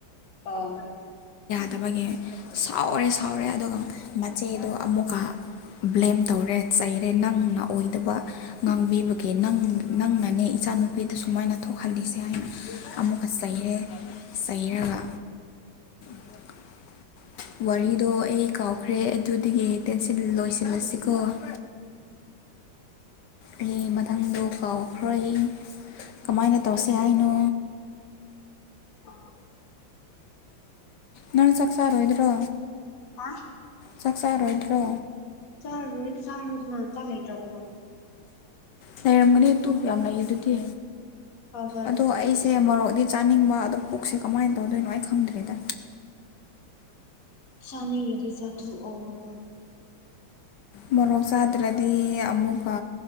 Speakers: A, on the left (about 45°); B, on the left (about 70°).
A: ꯑꯥ
B: ꯠꯇꯕꯒꯤ ꯁꯥꯎꯔꯦ ꯁꯥꯎꯔꯦ ꯑꯗꯨꯒ ꯃꯆꯦꯗꯣ ꯑꯃꯨꯛꯀ ꯕ꯭ꯂꯦꯝ ꯇꯧꯔꯦ ꯆꯩꯔꯦ ꯅꯪꯅ ꯑꯣꯏꯗꯕ ꯉꯥꯡꯕꯤꯕꯒꯤ ꯅ ꯅꯪꯅꯅꯦ ꯏꯆꯥ ꯅꯨꯨꯄꯤꯗ ꯁꯨꯃꯥꯏꯅ ꯊꯣꯛꯍꯜꯂꯤꯁꯦ ꯍꯥꯏꯅ ꯑꯃꯨꯛꯀ ꯆꯩꯔꯦ ꯆꯩꯔꯒ ꯎꯝ ꯋꯥꯔꯤꯗꯣ ꯑꯩ ꯀꯥꯎꯈ꯭ꯔꯦ ꯑꯗꯨꯗꯒꯤ ꯇꯦꯟꯁꯤꯟ ꯂꯣꯏꯁꯤꯜꯂꯁꯤꯀꯣ ꯎ ꯑꯩ ꯃꯊꯪꯗ ꯀꯥꯎꯈ꯭ꯔꯏ ꯀꯃꯥꯏꯅ ꯇꯧꯁꯤ ꯍꯥꯏꯅꯣ
A: ꯑ
B: ꯅꯪ ꯆꯛꯁꯥꯔ ꯑꯣꯏꯣꯏꯗ꯭ꯔꯣ
A: ꯑ
B: ꯆꯥꯛ ꯆꯥꯔꯣꯏꯗ꯭ꯔꯣ
A: ꯆꯔꯨ ꯆꯔꯨ ꯅ ꯆꯂ ꯆꯁꯨꯣ
B: ꯂꯩꯔꯝꯒꯅꯤ ꯇꯨ ꯌꯥꯝ ꯂꯩꯌꯦ ꯑꯗꯨꯗꯤ
A: ꯍꯖꯔ
B: ꯑꯗꯣ
A: ꯃꯗꯤ
B: ꯑꯩꯁꯦ ꯃꯣꯔꯣꯛꯗꯤ ꯆꯥꯅꯤꯡꯕ ꯑꯗꯣ ꯄꯨꯛꯁꯦ ꯀꯃꯥꯏꯅ ꯇꯧꯗꯣꯏꯅꯣ ꯑꯩ ꯈꯪꯗ꯭ꯔꯤꯗ
A: ꯁꯥꯟꯅꯈꯗꯤ ꯆꯥꯊꯣꯛꯑꯣ
B: ꯃꯣꯔꯣꯛ ꯆꯥꯗ꯭ꯔꯗꯤ ꯑꯃꯨꯛ